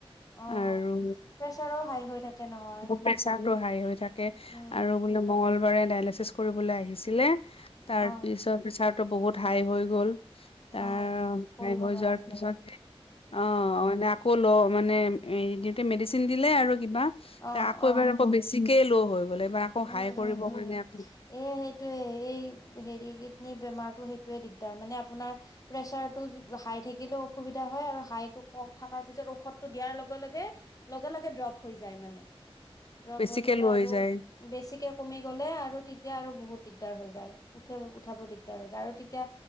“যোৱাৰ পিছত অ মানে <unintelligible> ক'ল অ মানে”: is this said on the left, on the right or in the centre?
Left